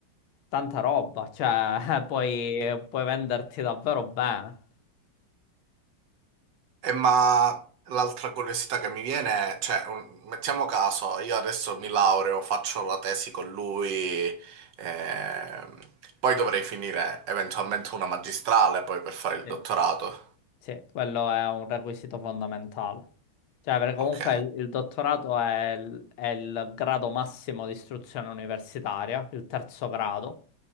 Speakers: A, on the left; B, on the right.
A: tanta roba, cioè <laughs> puoi, puoi venderti davvero bene.
B: Eh, ma l'altra curiosità che mi viene è, cioè, un- mettiamo caso, io adesso mi laureo, faccio la tesi con lui, ehm, poi dovrei finire eventualmente una magistrale poi per fare il
A: Sì.
B: dottorato.
A: Sì, quello è un requisito fondamentale. Cioè, perché comunque
B: Ok.
A: il, il dottorato è il, è il grado massimo di istruzione universitaria, il terzo grado,